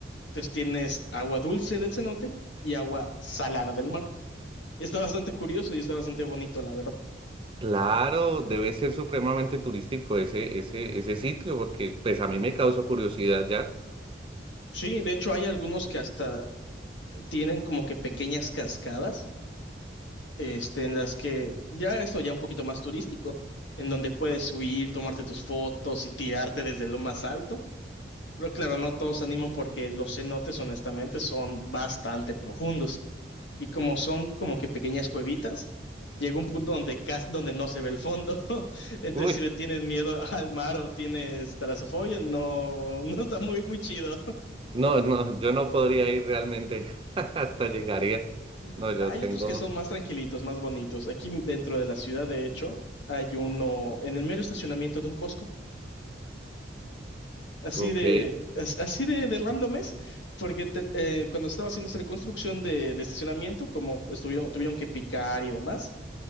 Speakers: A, on the left; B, on the right.
A: Entonces, tienes agua dulce del cenote y agua salada del mar. Está bastante curioso y está bastante bonito, la verdad.
B: Claro, debe ser supremamente turístico ese, ese, ese sitio, porque pues a mí me causó curiosidad ya.
A: Sí, de hecho, hay algunos que hasta tienen como que pequeñas cascadas, este, en las que ya esto ya un poquito más turístico, en donde puedes subir, tomarte tus fotos y tirarte desde lo más alto. Pero claro, no todos se animan porque los cenotes, honestamente, son bastante profundos. Y como son como que pequeñas cuevitas, llega un punto donde, cas- donde no se ve el fondo. <laughs> Entonces,
B: Uy,
A: si le tienes miedo <laughs> al mar o tienes talasofobia, no, no está muy, muy chido.
B: no, no, yo no podría ir realmente <laughs> hasta llegaría.
A: <laughs>
B: No, yo
A: Hay
B: tengo,
A: otros que son más tranquilitos, más bonitos. Aquí dentro de la ciudad, de hecho, hay uno en el mero estacionamiento de un Costco. Así
B: ok.
A: de, as- así de, de random es, porque te- eh, cuando estaba haciéndose la construcción del estacionamiento, como estuvieron, tuvieron que picar y demás,